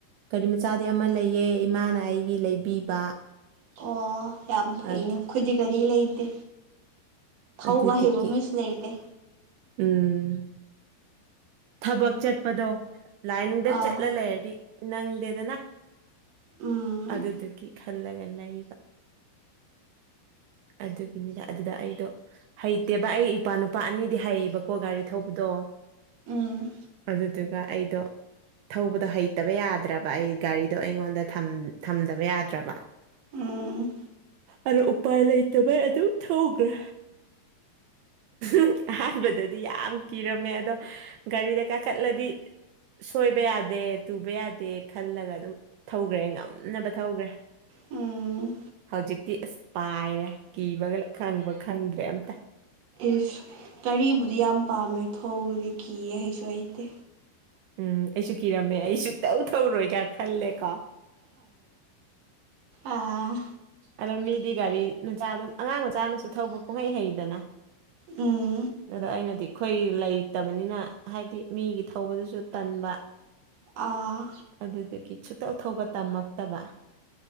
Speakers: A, on the right; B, on the right.
A: ꯒꯥꯔꯤ ꯃꯆꯥꯗꯤ ꯑꯃ ꯂꯩꯌꯦ ꯏꯃꯥꯅ ꯑꯩꯒꯤ ꯂꯩꯕꯤꯕ
B: ꯑꯣ ꯌꯥꯝ ꯐꯩꯅꯦ
A: ꯑꯗ-
B: ꯑꯩꯈꯣꯏꯗꯤ ꯒꯥꯔꯤ ꯂꯩꯇꯦ ꯊꯧꯕ
A: ꯑꯗꯨꯗꯨꯒꯤ
B: ꯍꯩꯕ ꯃꯤꯁꯨ ꯂꯩꯔꯤꯗꯦ
A: ꯎꯝ ꯊꯕꯛ ꯆꯠꯄꯗꯣ ꯂꯥꯏꯟꯗ
B: ꯑꯥ
A: ꯆꯠꯂ ꯂꯩꯔꯗꯤ ꯅꯪꯗꯦꯗꯅ
B: ꯎꯝ
A: ꯑꯗꯨꯗꯨꯒꯤ ꯈꯜꯂꯒꯂ ꯂꯩꯕ ꯑꯗꯨꯒꯤꯅꯤꯗ ꯑꯗꯨꯗ ꯑꯩꯗꯣ ꯍꯩꯇꯦꯕ ꯑꯩ ꯏꯄꯥ ꯅꯨꯄꯥ ꯑꯅꯤꯗꯤ ꯍꯩꯌꯦꯕꯀꯣ ꯒꯥꯔꯤ ꯊꯧꯕꯗꯣ
B: ꯎꯝ
A: ꯑꯗꯨꯗꯨꯒ ꯑꯩꯗꯣ ꯊꯧꯕꯗꯣ ꯍꯩꯇꯕ ꯌꯥꯗ꯭ꯔꯕ ꯑꯩ ꯒꯥꯔꯤꯗꯣ ꯑꯩꯉꯣꯟꯗ ꯊꯝꯗꯕ ꯌꯥꯗ꯭ꯔꯕ
B: ꯑꯝ
A: ꯑꯣ ꯎꯄꯥꯏ ꯂꯩꯇꯕꯩ ꯑꯗꯨ ꯊꯧꯈ꯭ꯔꯦ ꯎ ꯑꯍꯥꯟꯕꯗꯗꯤ ꯌꯥꯝ ꯀꯤꯔꯝꯃꯦ ꯑꯗꯣ ꯒꯥꯔꯤꯗ ꯀꯥꯈꯠꯂꯗꯤ ꯁꯣꯏꯕ ꯌꯥꯗꯦ ꯇꯨꯕ ꯌꯥꯗꯦ ꯈꯜꯂꯒ ꯑꯗꯨꯝ ꯊꯧꯈ꯭ꯔꯦ ꯉꯝꯅꯕ ꯊꯧꯈ꯭ꯔꯦ
B: ꯎꯝ
A: ꯍꯧꯖꯤꯛꯇꯤ ꯑꯁ ꯄꯥꯏꯔꯦ ꯀꯤꯕꯒ ꯈꯪꯕ ꯈꯪꯗ꯭ꯔꯦ ꯑꯝꯇ
B: ꯏꯁ ꯒꯔꯤꯕꯨꯗꯤ ꯌꯥꯝ ꯄꯥꯝꯃꯦ ꯊꯧꯕꯗꯤ ꯀꯤꯌꯦ ꯍꯩꯁꯨ ꯍꯩꯇꯦ
A: ꯎꯝ ꯑꯩꯁꯨ ꯀꯤꯔꯝꯃꯦ ꯑꯩꯁꯨꯛꯇꯧ ꯊꯧꯔꯣꯏ ꯀꯥꯏ ꯈꯜꯂꯦ ꯀꯣ
B: ꯑꯥ
A: ꯑꯗꯣ ꯃꯤꯗꯤ ꯒꯥꯔꯤ ꯃꯆꯥ ꯑꯗꯨꯝ ꯑꯉꯥꯡ ꯃꯆꯥꯅꯁꯨ ꯊꯧꯕ ꯄꯨꯡꯍꯩ ꯍꯩꯗꯅ
B: ꯎꯝ
A: ꯑꯗꯣ ꯑꯩꯅꯗꯤ ꯑꯩꯈꯣꯏ ꯂꯩꯇꯕꯅꯤꯅ ꯍꯥꯏꯗꯤ ꯃꯤꯒꯤ ꯊꯧꯕꯗꯨꯁꯨ ꯇꯟꯕ <inaudible>
B: ꯑꯥ
A: ꯑꯗꯨꯗꯒꯤ ꯁꯨꯇꯧ ꯊꯧꯕ ꯇꯝꯃꯛꯇꯕ